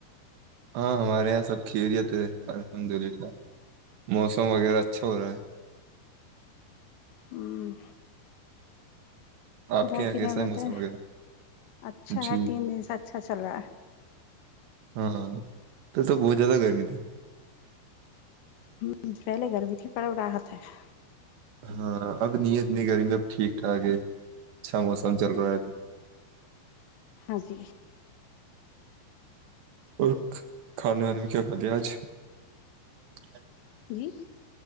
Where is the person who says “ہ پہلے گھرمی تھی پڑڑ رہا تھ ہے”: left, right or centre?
Left